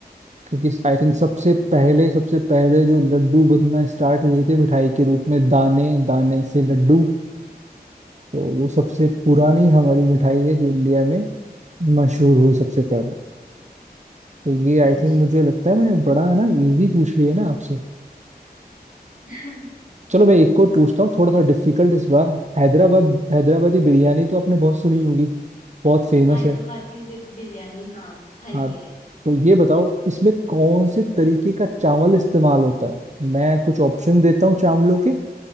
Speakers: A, on the right (about 45°); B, on the left (about 55°).
A: क्योंकि आई थिंक सबसे पहले सबसे पहले जो लड्डू बनना स्टार्ट हुए थे मिठाई के रूप में दाने दाने से लड्डू तो वो सबसे पुरानी हमारी मिठाई है जो इंडिया में मशहूर हुई सबसे पहले तो ये
B: हाँ
A: आई थिंक
B: जी
A: मुझे लगता है मैंने बड़ा है ना इजी पूछ लिया ना आपसे
B: <laughs>
A: चलो मैं एक और पूछता हूँ थोड़ा सा डिफिकल्ट इस बार हैदराबाद हैदराबादी बिरयानी तो आपने बहुत सुनी होगी बहुत फेमस
B: हैदराबादी
A: है
B: दि- बिरयानी हाँ खाई
A: हाँ
B: भी है
A: तो ये बताओ इसमें कौन से तरीके का चावल इस्तेमाल होता है मैं कुछ ऑप्शन देता हूँ चावलों के